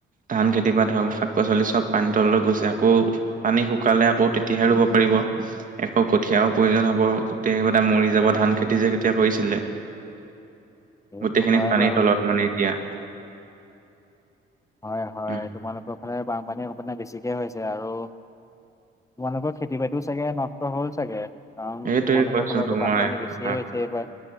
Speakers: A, on the right; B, on the left.
A: ধান খেতিপৰা ধৰ শাক পাচলি চব পানী তললৈ গৈছে আকৌ, পানী শুকালে আকৌ তেতিয়াহে ৰুব- পাৰিব। একৌ কঠীয়াও প্ৰয়োজন হব, গোটেই বিলাক মৰি যাব ধান খেতি যে কেতিয়া কৰিছিলে।
B: সেইটো
A: গোটেইখিনি
B: হয়
A: পানীৰ
B: বাৰু
A: তলত মানে এতিয়া।
B: হয়, হয়,
A: উম
B: তোমালোকৰ ফালে বানপানীৰ অকমান বেছিকৈ হৈছে আৰু- তোমালোকৰ খেতি বাতিওঁ চাগে নষ্ট হ'ল চাগে। কাৰণ
A: সেইটোয়ে
B: তোমালোকৰ
A: কৈছো
B: ফালে
A: তোমাৰ
B: টো বানপানী বেছিয়ে
A: তোমাক
B: হৈছে এইবাৰ।